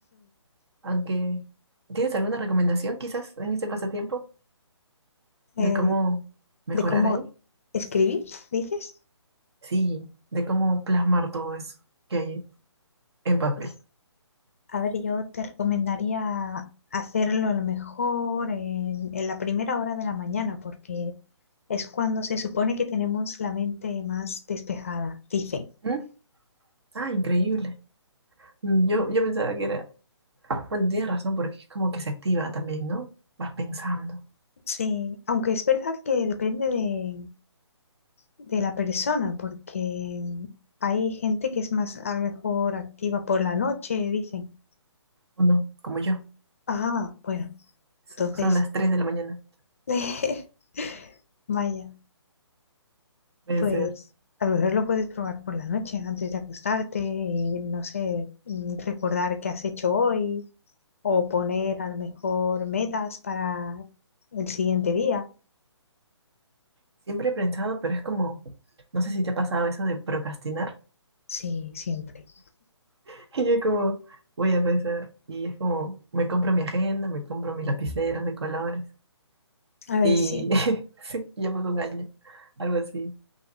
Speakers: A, on the right; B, on the left.
A: aunque... ¿Tienes alguna recomendación quizás en ese pasatiempo
B: Em,
A: de cómo mejorar
B: de cómo
A: ahí?
B: escribir, dices.
A: Sí, de cómo plasmar todo eso que hay en papel.
B: Pues, A ver, yo te recomendaría hacerlo a lo mejor en, en la primera hora de la mañana, porque es cuando se supone que tenemos la mente más despejada, dicen.
A: ¿Mm? Ah, increíble. Yo, yo pensaba que era Bueno, tienes razón, porque es como que se activa también, ¿no? Vas pensando,
B: Sí, aunque es verdad que depende de, de la persona, porque hay gente que es más a lo mejor activa por la noche, dicen.
A: o no, como yo.
B: Ah, bueno,
A: So-
B: entonces,
A: Son las tres de la mañana.
B: <laughs> vaya,
A: Puede
B: pues
A: ser.
B: a lo mejor lo puedes probar por la noche antes de acostarte y no sé, mm, recordar qué has hecho hoy o poner a lo mejor metas para el siguiente día.
A: Siempre he pensado, pero es como, no sé si te ha pasado eso de procrastinar.
B: Sí, siempre.
A: <laughs> Y yo como, voy a pensar. Y es como, me compro mi agenda, me compro mis lapiceros de colores.
B: A ver,
A: Y
B: sí.
A: <laughs> sí, ya pasó un año. Algo así.